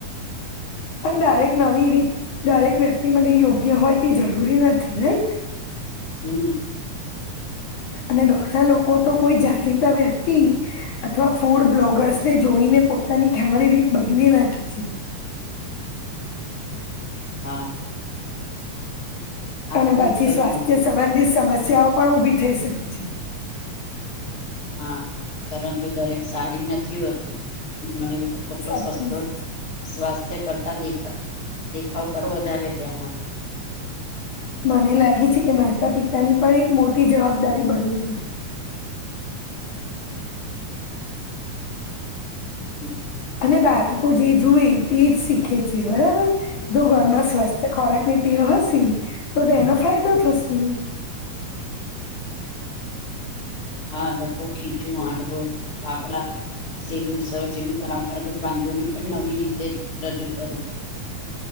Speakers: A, on the left; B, on the left.
A: પણ દરેક નવી રીત દરેક વ્યક્તિ માટે યોગ્ય હોય તે જરૂરી નથી, રાઈટ
B: એ
A: અને ઘણા લોકો તો કોઈ જાણીતા વ્યક્તિ અથવા ફૂડ બ્લોગર્સને જોઈને પોતાની ખામણી, રીત બદલી નાખી છે.
B: હા આ
A: અને
B: ખુબ
A: બાછી,
B: બદલે
A: સ્વાસ્થ્ય સંબંધિત સમસ્યાઓ પણ ઉભી થઈ શકી છે.
B: હા, પરંતુ દરેક સારી નથી હોતી, ઘણી
A: સાચી
B: સ્વસ્થ
A: વાત છે.
B: સ્સ્થ કરતા દેખ દેખાવ પર, વધારે ધ્યાન આપે
A: મને લાગે છે, કે માતા પિતાની પણ એક મોટી જવાબદારી બની છે.
B: હમ્મ
A: અને બાળકો જે જુએ તે જ શીખે છે, બરાબર જો
B: હા
A: ઘરમાં સ્વસ્થ ખોરાય તેઓ હસી, તો તે એનો ફાયદો થશે
B: હા, લોકો ખીચું હાડવું પાાપડા સેવુંસર જેવી પરંપરાગત વાનગીઓને પણ નવી રીતે રજૂ કરે છે. <inaudible>